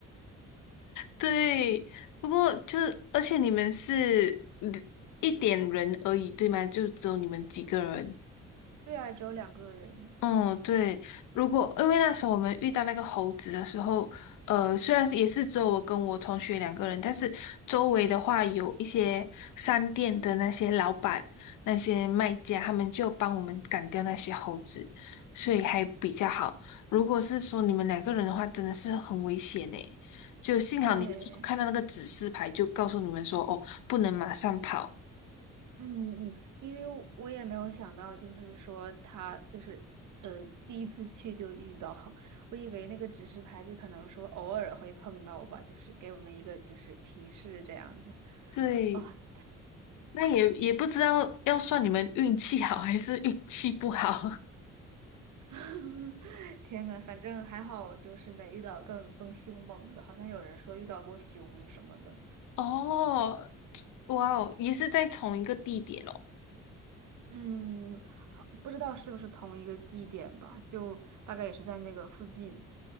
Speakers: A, on the left (about 90°); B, on the right (about 75°).
A: 对，不过就是，而且你们是嗯一点人而已，对吗？就只有你们几个人。
B: <laughs> 对啊，只有两个人。
A: 嗯，对，如果因为那时候我们遇到那个猴子的时候，呃，虽然是也是只有我跟我同学两个人，但是周围的话有一些商店的那些老板、那些卖家，他们就帮我们赶掉那些猴子，所以还比较好。如果是说你们两个人的话，真的是很危险诶，就幸好你们有看到那个指示牌，
B: 对。
A: 就告诉你们说，哦，不能马上跑。
B: 嗯嗯，因为我也没有想到，就是说他就是呃第一次去就遇到，<laughs> 我以为那个指示牌就可能说偶尔会碰到吧，就是给我们一个就是提示这样子。
A: 对。
B: 啊、
A: 那也也不知道要算你们运气好还是运气不好
B: <laughs> 天呐，反正还好，就是没遇到更更凶猛的，好像有人说遇到过熊什么的。
A: <laughs> 哦。哇哦，也是在同一个地点哦。
B: 嗯，好，不知道是不是同一个地点吧，就大概也是在那个附近。